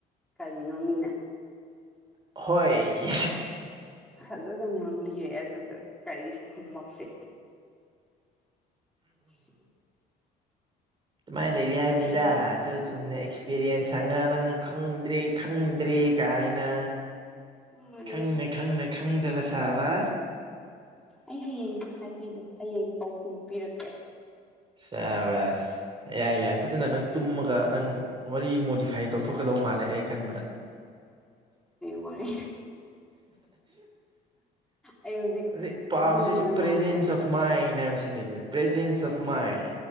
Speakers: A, in the centre; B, on the right.
A: ꯀꯔꯤꯅꯣ ꯃꯤꯅ
B: ꯍꯣꯏ
A: ꯐꯖꯅ ꯉꯥꯡꯕꯤꯔꯦ ꯑꯗꯨꯒ ꯀꯔꯤꯁꯨ ꯈꯨꯨꯃꯛꯇꯦ ꯁꯤ
B: ꯑꯗꯨꯃꯥꯏꯅ ꯂꯩꯔꯤ ꯍꯥꯏꯕꯅꯤꯗ
A: ꯀꯔꯤꯅꯣ
B: ꯑꯗꯨ ꯆꯨꯝꯅ ꯑꯦꯛꯁꯄꯤꯔꯤꯌꯦꯟꯁꯪꯉ ꯅꯪ ꯈꯪꯗ꯭ꯔꯤ ꯈꯪꯗ꯭ꯔꯤ ꯀꯥꯏꯅ
A: ꯍꯣꯏꯅꯦ
B: ꯈꯪꯅ ꯈꯪꯅ ꯈꯪꯗꯕ ꯁꯥꯕ
A: ꯑꯩ ꯍꯌꯦꯡ ꯍꯥꯏꯕꯤꯒꯦ ꯍꯌꯦꯡ ꯄꯥꯎꯈꯨꯝ ꯄꯤꯔꯛꯀꯦ
B: ꯁꯥꯕꯁ ꯌꯥꯏ ꯌꯥꯏ ꯐꯖꯅ ꯅꯪ ꯇꯨꯝꯃꯒ ꯅꯪ ꯋꯥꯔꯤ ꯃꯣꯗꯤꯐꯥꯏ ꯇꯧꯊꯣꯛꯀꯗꯧꯕ ꯃꯥꯜꯂꯦ ꯑꯩꯅ ꯈꯟꯕꯗ
A: ꯋꯥꯔꯤꯗꯣ ꯑꯩ ꯍꯧꯖꯤꯛ
B: ꯑ ꯄꯥꯝ
A: ꯇꯨꯝꯅꯤꯡꯕꯅ
B: ꯄ꯭ꯔꯦꯖꯦꯟꯁ
A: ꯉꯥꯎꯔꯦ
B: ꯑꯣꯐ ꯃꯥꯏꯟ ꯍꯥꯏꯕꯁꯤꯅꯤ ꯄ꯭ꯔꯖꯦꯟꯁ ꯑꯣꯐ ꯃꯥꯏꯟ